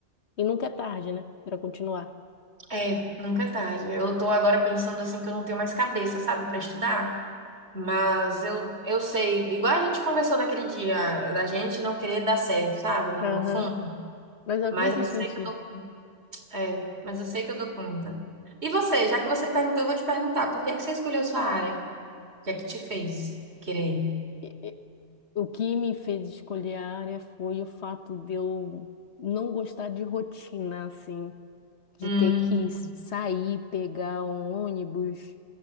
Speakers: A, on the left; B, on the right.
A: E nunca é tarde, né? Para continuar.
B: É, nunca é tarde. Eu tô agora pensando assim que eu não tenho mais cabeça, sabe, para estudar. Mas eu, eu sei, igual a gente conversou naquele dia, da gente não querer dar certo, sabe, no,
A: Aham.
B: no fundo.
A: Mas eu acredito
B: Mas eu sei
A: em ti.
B: que eu dou, é, mas eu sei que eu dou conta. E você, já que você me perguntou, eu vou te perguntar, por que é que você escolheu sua área? O que é que te fez querer?
A: E O que me fez escolher a área foi o fato de eu não gostar de rotina, assim, de
B: Hum,
A: ter que sair, pegar um ônibus,